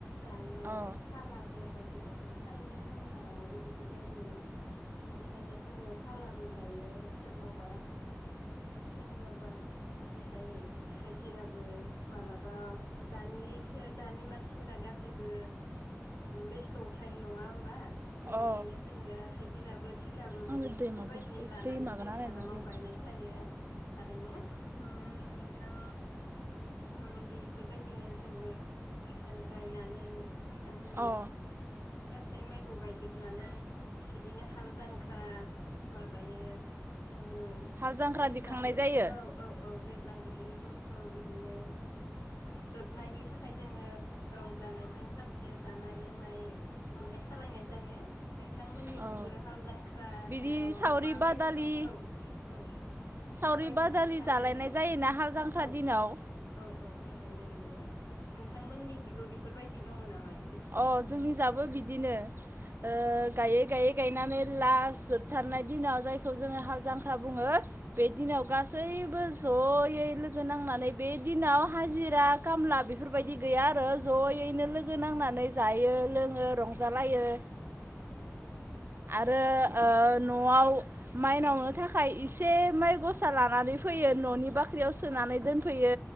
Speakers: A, on the left; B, on the right.
A: गायो
B: अ
A: फालाबो हा गिराबो थारैनो जोंनि हालामावबो बेफोरबायदिनो बिदिहायनो जोङो फालाबो गायो, सोरनावबा सोरनियावबा बिदिहाय हाजिराबो मालाबा दानि दानि मानसिफोरा गासैबो बेस्थ' थायो नङा होमबा? बिनिखायनो
B: अ
A: जोङो हाजिराबो थिखाबो
B: आंनो
A: बिदि बेफोरबायदि
B: दै माबा
A: लानानै
B: दै माबाना
A: जोंनि
B: होनाय
A: हालामाव
B: न' लिरनो
A: गायनाय जायो थारैनो ओम नोंथां ओम बेफोरबायदिनो जोङो ओ गायनानै ओहो
B: अ
A: गासै माइखौ गायजोबनानै बिदिनो हाल जां ख्रा माब ओमफ्रायो ओं
B: हाल जांख्रा
A: दैज्लांबो
B: दिखांनाय जायो
A: औ औ औ दैज्लां बोथोरनि खस थ' बिदिनो ओं जोबनायनि थाखाय जोङो रंजानायजों सानसे जानाय लोंनाय बिदिहाय खालायनाय जायो। नोंथांमोननिखिबो
B: औ
A: हाल जांख्रा
B: बिदि
A: हायाव
B: सावरि
A: माबायदिहाय
B: बादालि
A: औ औ।
B: सावरि
A: माबायदिहाय
B: बादालि
A: खालायो
B: जालायनाय जायोना हाल जांख्रा
A: औ
B: दिनाव
A: औ औ थारैनो नंगौ नोंथांमोननिखिबो बेफोरबायदि दङ नामाय
B: अ जोंनि जाबो बिदिनो ओ गायै गायै गायनानै लास जोब थारनाय दिनाव जाय खौ जोङो हाल जांख्रा बुङो बे दिनाव गास सैबो ज'यै लोगो नांनानै बे दिनाव हाजिरा खामला बेफोरबायदि गैया आरो ज'यैनो लोगो नांनानै नै जायो लोङो रं जालायो। आरो ओ न न'आव माइनावनो थाखाय इसे माइ गसा लानानै फैयो न'नि बाख्रियाव सोनानै दोनफैयो।